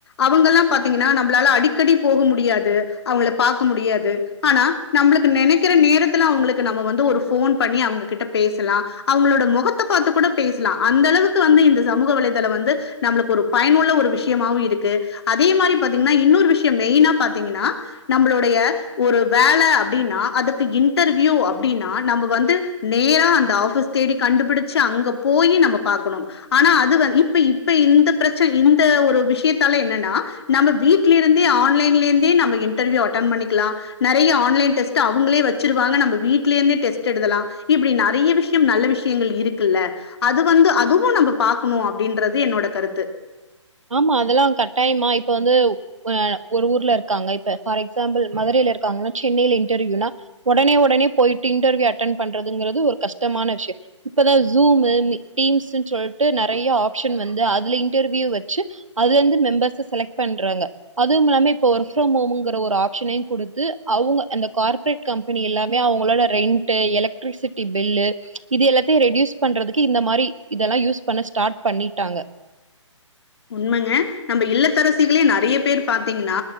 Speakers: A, on the left; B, on the right.
A: அவுங்கல்லாம் பாத்தீங்கன்னா நம்பளால அடிக்கடி போக முடியாது அவுங்கள பாக்க முடியாது ஆனா நம்மளுக்கு நெனைக்கிற நேரத்துல அவுங்களுக்கு நம்ம வந்து ஒரு ஃபோன் பண்ணி அவுங்க கிட்ட பேசலா அவுங்களோட மொகத்த பாத்து கூட பேசலா அந்த அளவுக்கு வந்து இந்த சமூக வலைதளம் வந்து நம்ளுக்கு ஒரு பயனுள்ள ஒரு விஷ்யமாவு இருக்கு அதே மாரி பாத்தீங்கன்னா இன்னொரு விஷ்யம் மெயினா பாத்தீங்கன்னா நம்பளுடைய ஒரு வேல அப்டின்னா அதுக்கு இன்டர்வியூ அப்டின்னா நம்ப வந்து நேரா அந்த ஆஃபிஸ் தேடி கண்டுபிடிச்சு அங்க போயி நம்ப பாக்கணும் ஆனா அது வ இப்ப இப்ப இந்த பிரச்ச இந்த ஒரு விஷ்யத்தால என்னனா நம்ம வீட்லெருந்தே ஆன்லைன்லெந்தே நம்ப இன்டர்வியூ அட்டன் பண்ணிக்லா நெறைய ஆன்லைன் டெஸ்ட் டு அவுங்களே வச்சிருவாங்க நம்ப வீட்ல இருந்தே டெஸ்ட் எழுதலா இப்டி நெறைய விஷ்யம் நல்ல விஷ்யங்கள் இருக்குல்ல அது வந்து அதுவு நம்ப பாக்கணு அப்டின்றது என்னோட கருத்து
B: ஆமா அதெல்லா கட்டாயமா இப்ப வந்து வ ஒரு ஊர்ல இருக்காங்க இப்ப ஃபார் எக்ஸாம்பிள் மதுரைல இருக்காங்கன்னா சென்னைல இன்டர்வியூனா ஒடனே ஒடனே போயிட்டு இன்டர்வியூ அட்டன் பண்றதுங்கிறது ஒரு கஷ்டமான விஷ்யொ இப்பதா ஜூமு மி டீம்ஸுன் சொல்ட்டு நெறைய ஆப்ஷன் வந்து அதுல இன்டர்வியூ வ ச்சு அதுலெந்து மெம்பர்ஸ செலக்ட் பண்றாங்க அதுவுமில்லாம இப்ப ஒர்க் ஃப்ரம் ஹோமுங்குற ‌ஒரு ஆப்ஷனயு குடுத்து அவுங்க அந்த கார்ப்பரேட் கம்பெனி எல்லாமே அவுங்களால ரென்ட்டு எலெக்ட்ரிசிட்டி பில்லு இது எல்லாத்தையு ரெட்யூஸ் பண்றதுக்கு இந்த மாரி இதெல்லா யூஸ் பண்ண ஸ்டார்ட் பண்ணிட்டாங்க
A: உண்மங்க நம்ப இல்லத்தரசிகளே நறைய பேர் பாத்தீங்கன்னா